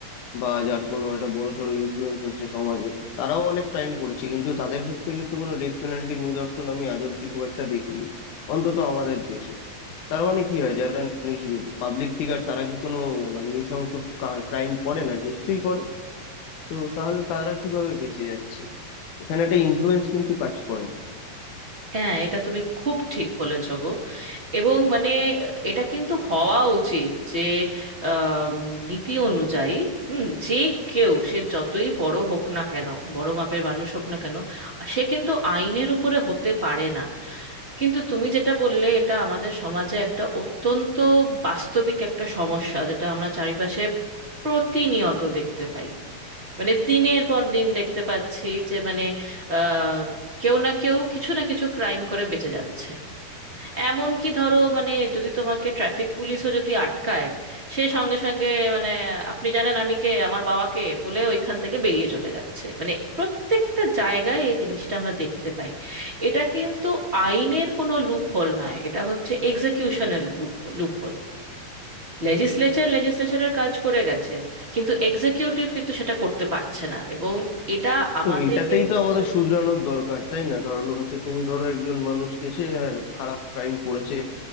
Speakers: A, on the left (about 70°); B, on the right (about 30°).
A: বা যার কোনো একটা বড়সড় ইনফ্লুয়েন্স হচ্ছে সমাজে তারাও অনেক ক্রাইম করেছে কিন্তু তাদের ক্ষেত্রে কিন্তু কোনো ডেথ পেনাল্টির নিদর্শন আমি আজ অব্দি খুব একটা দেখিনি অন্তত আমাদের দেশে তার মানে কি হয় যারা পাবলিক ফিগার তারা কি কোনো মানে নৃশংস ক্রাইম করে না নিশ্চয়ই করে তো তাহলে তারা কিভাবে বেঁচে যাচ্ছে এখানে একটা ইনফ্লুয়েন্স কিন্তু কাজ করে
B: হ্যাঁ এটা তুমি খুব ঠিক বলেছো গো এবং মানে এটা কিন্তু হওয়া উচিত যে আম, নীতি অনুযায়ী হুম যে কেউ সে যতই বড় হোক না কেন বড় মাপের মানুষ হোক না কেন সে কিন্তু আইনের উপরে হতে পারে না কিন্তু তুমি যেটা বললে এটা আমাদের সমাজে একটা অত্যন্ত বাস্তবিক একটা সমস্যা যেটা আমরা চারিপাশে প্রতিনিয়ত দেখতে পাই মানে দিনের পর দিন দেখতে পাচ্ছি যে মানে আহ, কেউ না কেউ কিছু না কিছু ক্রাইম করে বেঁচে যাচ্ছে এমন কি ধরো মানে যদি তোমাকে ট্রাফিক পুলিশও যদি আটকায় সে সঙ্গে সঙ্গে মানে আপনি জানেন আমি কে আমার বাবাকে বলে ওইখান থেকে বেরিয়ে চলে যাচ্ছে মানে প্রত্যেকটা জায়গায় এই জিনিসটা আমরা দেখতে পাই এটা কিন্তু আইনের কোনো লুপ হোল নয় এটা হচ্ছে এক্সিকিউশনাল লুপ লুপ হোল লেজিসলেচার লেজিসলেচারের কাজ করে গেছে কিন্তু এক্সিকিউটিভ কিন্তু সেটা করতে পারছে না এবং এটা আমাদেরকে
A: তো এটাতেই তো
B: কিন্তু
A: আমাদের শুধরানোর দরকার তাই না কারণ হচ্ছে তুমি ধরো একজন মানুষকে সে হ্যাঁ, খারাপ ক্রাইম করেছে